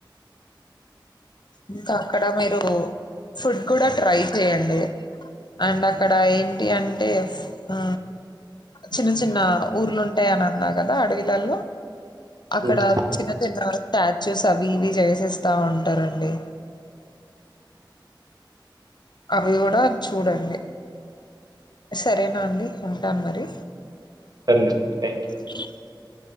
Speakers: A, on the left; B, on the right.
A: ఇంకా అక్కడ మీరు ఫుడ్ కూడా ట్రై చెయండి అండ్ అక్కడ ఏంటి అంటే ఆ చిన్న చిన్న ఊర్లుంటాయని అన్నా కదా అడవిలలో అక్కడ
B: హ్మ్.
A: చిన్న చిన్న స్టాచ్యూస్ అవి ఇవి చేసిస్తా ఉంటారండి అవి కూడ చూడండి సరేనా అండి ఉంటాను మరి
B: న్ థ్యాంక్ యూ
A: ఆ